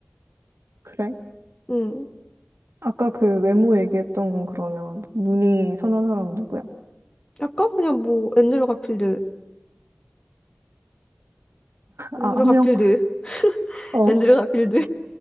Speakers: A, on the right (about 85°); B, on the left (about 25°).
A: 그래?
B: 음,
A: 아까 그 외모 얘기했던 건 그러면 눈이 선한 사람은 누구야?
B: 약간 그냥 뭐 앤드류 가필드, 앤드류
A: 아, 한
B: 가필드,
A: 명?
B: <laughs>
A: 어.
B: 앤드류 가필드.